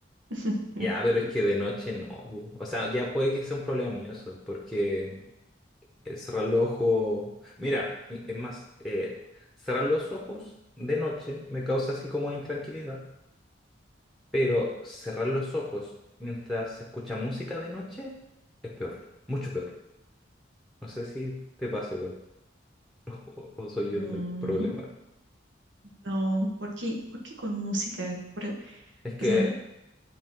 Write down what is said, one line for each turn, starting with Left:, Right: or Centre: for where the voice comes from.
Right: <laughs>
Centre: Ya, pero es que de noche no. bu. O sea, ya puede que sea un problema mío eso, porque eh, cerrar los ojos. Mira, y- es más, eh, cerrar los ojos de noche me causa así como intranquilidad. Pero cerrar los ojos mientras se escucha música de noche es peor, mucho peor. No sé si te pasa igual <laughs> o, o soy yo
Right: Mm,
Centre: el del problema.
Right: No, ¿por qué, por qué con música? Pero,
Centre: Es que,
Right: o sea,